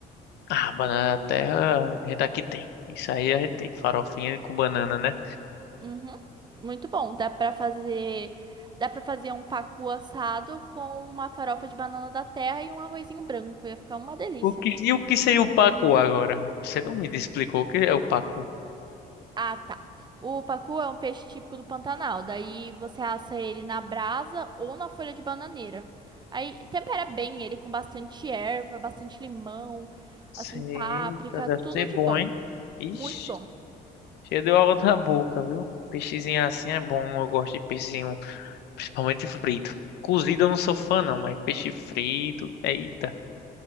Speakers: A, on the left; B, on the right.
A: Ah, banana da terra, a gente aqui tem. Isso aí a gente tem. Farofinha com banana, né?
B: Uhum. Muito bom. Dá pra fazer, dá para fazer um pacu assado com uma farofa de banana da terra e um arrozinho branco. Ia ficar uma delícia.
A: O que, e o que seria o pacu agora? Você não me explicou o que é o pacu.
B: Ah, tá. O pacu é um peixe típico do Pantanal. Daí você assa ele na brasa ou na folha de bananeira. Aí tempera bem ele com bastante erva, bastante limão, assim,
A: Eita,
B: páprica,
A: deve
B: tudo
A: ser bom,
B: de bom.
A: hein? Ixi,
B: Muito bom.
A: cheio de água na boca, viu? Peixezinho assim é bom. Eu gosto de peixezinho, principalmente frito. Cozido eu não sou fã, não, mas peixe frito, eita.